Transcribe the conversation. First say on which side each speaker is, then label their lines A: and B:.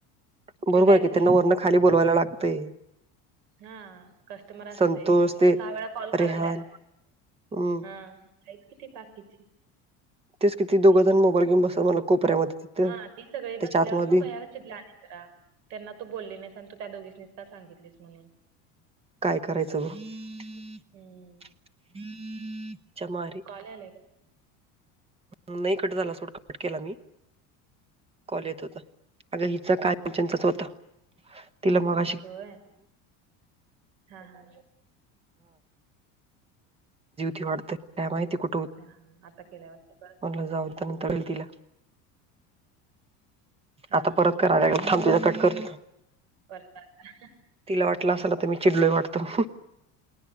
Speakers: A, on the right; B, on the right.
A: बरोबर
B: ती काहीच
A: आहे की
B: बोलली
A: त्यांना वरणं
B: नाही
A: खाली बोललावायला लागतंय
B: हा कस्टमर असते.
A: संतोष
B: इथ
A: ते
B: सहा वेळा कॉल
A: रेहान
B: करा
A: हम्म
B: हा साहीज किती बाकीची
A: तेच किती दोघं
B: त्यां
A: जण मोबाईल घेऊन बसत मला कोपऱ्यामध्ये तिथं
B: हा ते सगळी
A: त्याच्या
B: बसल्यावर
A: आतमध्ये
B: मग भया ज त्यांना तू बोलले नाहीस आणि तू त्या दोघीनीस का सांगितलीस म्हणून
A: काय करायचं बच्याम
B: हं.
A: <unintelligible>
B: कॉलेला
A: नाही कट झाला सूट कट केला मी कॉल येत होता. अग हिच कायचच
B: हां,
A: होत.
B: हां.
A: तिला मग
B: होय हा हा
A: ती वाढतेय काय माहिती कुठ
B: हा हा आता केल्यावरता परत
A: म जाऊ त्या नंतर वेळ तिला
B: हां,
A: आता
B: हां.
A: परत क थांबते त कट करतेता.
B: ब <unintelligible>
A: तिला वाटलं असाल तर मी चिडल वाटतो